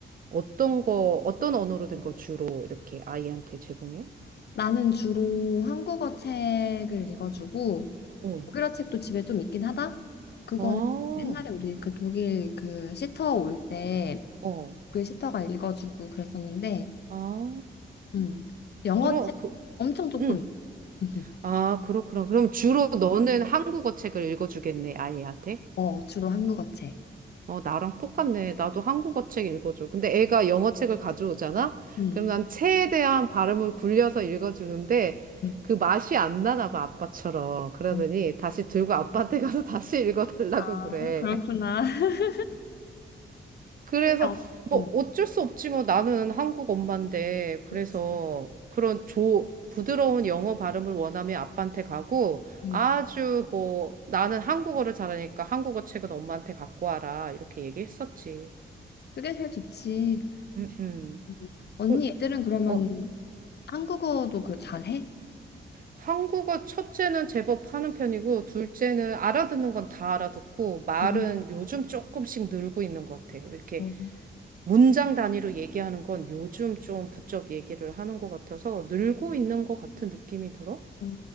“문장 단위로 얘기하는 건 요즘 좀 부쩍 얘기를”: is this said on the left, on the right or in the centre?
Right